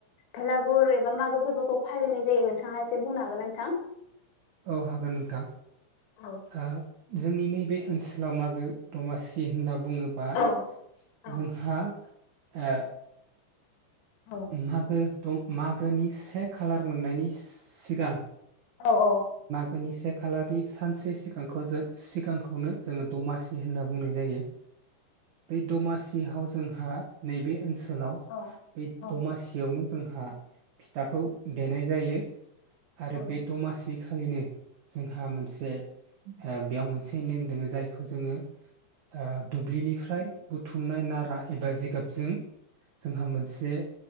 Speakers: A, on the left; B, on the right.
A: भेलागुर एबा मागो फोरबोखौ फालिनाय जायो नोंथाङा एसे बुंनो हागोन नोंथां?
B: औ हागोन नोंथां।
A: औ
B: आ जोंनि नैबे ओनसोलाव मागो दमासि होनना बुङोबा
A: औ औ
B: जोंहा ओ
A: औ
B: मागो- मागोनि से खालार मोननायनि सिगां
A: औ -औ।
B: गोनि से खालारनि सानसे सिगांखौ जों सिगांखौनो जोङो दमासि नै होनना बुंनाय जायो। बै दमासिहाव जोंहा नैबे ओनसो सोलाव
A: औ
B: बे
A: औ
B: दमासियावनो जोंहा आ फिथाखौ देनाय जायो। आरो
A: औ
B: बे दमासि बै खालिनो जोंहा मोनसे बेयाव मोनसे नेम दोङो जायखौ जोङो ओ‌ दुब्लिनिफ्राय बुथुमनाय नारा एबा जिगाबजों जोंहा मोनसे